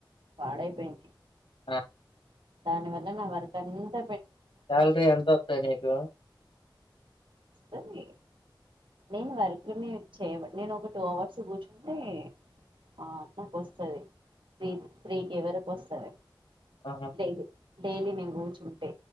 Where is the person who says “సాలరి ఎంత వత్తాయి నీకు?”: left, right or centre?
Left